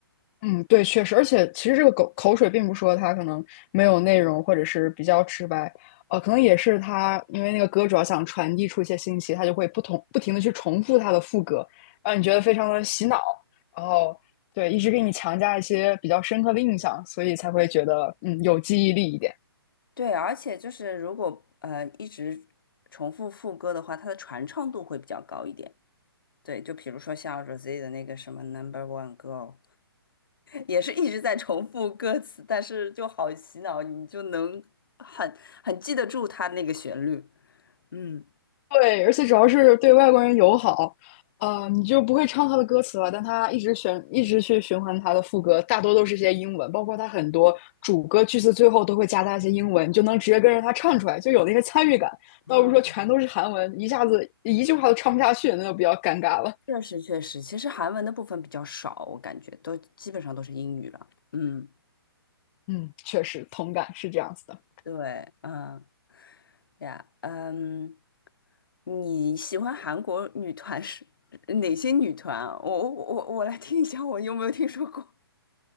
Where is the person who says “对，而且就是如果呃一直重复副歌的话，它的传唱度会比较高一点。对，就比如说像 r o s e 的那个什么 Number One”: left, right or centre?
Left